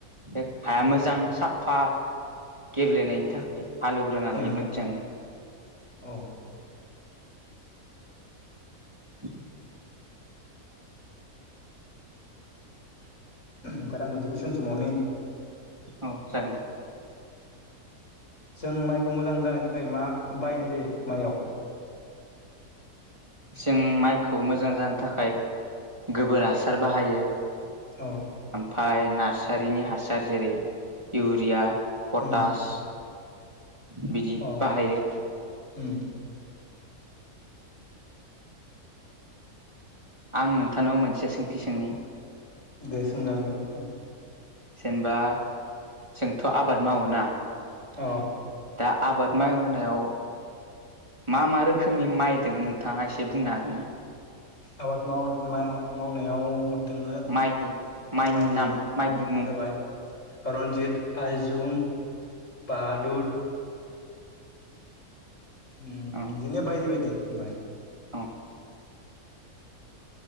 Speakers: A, on the right; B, on the left.
A: बे हाया
B: उम
A: मोजां साफ फा गेब्लेनायनि थाखाय हालेवग्रा नालाय
B: उम
A: मोजां
B: औ
A: <unintelligible>
B: ओफ्राय आं मोनसे कुइसन सोंबावनि?
A: औ जागोन दे
B: जों माइखौ मोजां जानायनि थाखाय मा बाहायनाय जायो माइयाव
A: जों माइखौ मोजां जानो थाखाय गोबोर हासार बाहायो
B: औ
A: ओमफाय नार्सारिनि हासार जेरै इउरिया पटास
B: उम
A: बिदि
B: अ
A: बाहायो
B: उम
A: आं नोंथांनाव मोनसे सोंथि सोंनि?
B: दे सोंजागोन दे नोंथां
A: जेनेबा जोंथ' आबाद मावो ना
B: औ
A: दा आबाद मावनायाव मा मा रोखोमनि माइ दङ नोंथाङा एसे बुंनो हागोन ना
B: आबाद माव मा मावनायाव। दोङो
A: माइनि माइनि
B: माइ
A: नाम माइनि
B: मुङा
A: मुं
B: जाबाय। रनजित आइजुम बाहादुर। उम
A: औ
B: बिदिनो बायदि बायदि ।
A: औ